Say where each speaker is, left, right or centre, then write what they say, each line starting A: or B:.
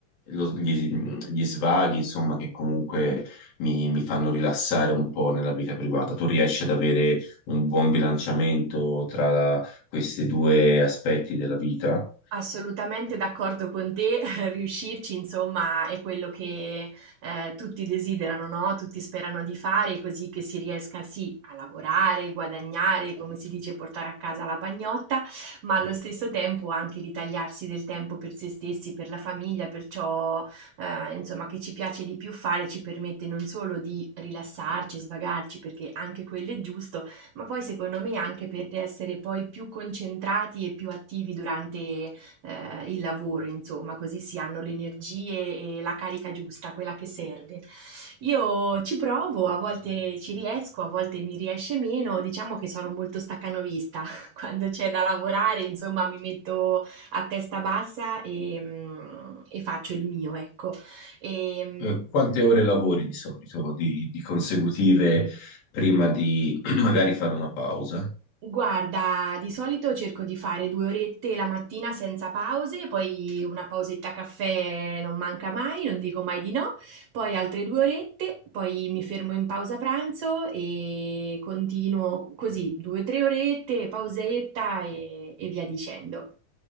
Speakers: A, on the left (about 85°); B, on the right (about 65°).
A: lo- gli, gli svaghi, insomma, che comunque mi mi fanno rilassare un po' nella vita privata. Tu riesci ad avere un buon bilanciamento tra questi due aspetti della vita.
B: Assolutamente d'accordo con te, <laughs> riuscirci insomma è quello che eh, tutti desiderano, no? Tutti sperano di fare, così che si riesca sì a lavorare, guadagnare, come si dice, portare a casa la pagnotta, ma allo stesso tempo anche ritagliarsi del tempo per se stessi, per la famiglia, per ciò eh, insomma che ci piace di più fare, ci permette non solo di rilassarci, svagarci, perché anche quello è giusto, ma poi secondo me anche per essere poi più concentrati e più attivi durante eh, il lavoro, insomma, così si hanno le energie e la carica giusta, quella che serve. Io ci provo, a volte ci riesco, a volte mi riesce meno, diciamo che sono molto staccanovista, <laughs> quando c'è da lavorare, insomma, mi metto a testa bassa e, mm, e faccio il mio, ecco. E, mm,
A: Eh, Quante ore lavori di solito, di, di consecutive, prima di <clears throat> magari fare una pausa?
B: Guarda, di solito cerco di fare due orette la mattina senza pause, poi una pausetta caffè non manca mai, non dico mai di no, poi altre due orette, poi mi fermo in pausa pranzo e continuo così, due o tre orette, pausetta e, e via dicendo.